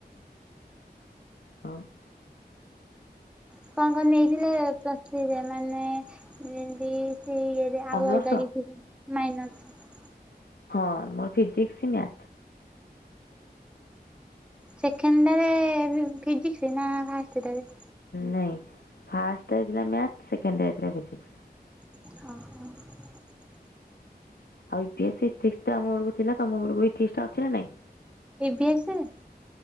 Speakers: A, on the left (about 80°); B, in the centre.
A: <unintelligible>
B: <inaudible> <unintelligible>
A: ଅନର୍ସ ହଁ, ମର ଫିଜିକ୍ସ ମ୍ୟା
B: ସେଖେଣ୍ଡାରେ ଫିଜିକ୍ସି ନା ଫାଷ୍ଟେଟା ରେ?
A: ନାଇଁ, ଫାଷ୍ଟାରେ ଥିଲା ମ୍ୟାଥ୍, ସେକେ--ଥିଲା ଫିଜିକ୍ସ।
B: <unintelligible>
A: ଆଉ ୟୁପି------ଇଥିକ୍ସ ବଳକୁ ଥିଲା, ତମ ବଳକୁ ଟା ଅଛି ନା ନାଇଁ?
B: <inaudible>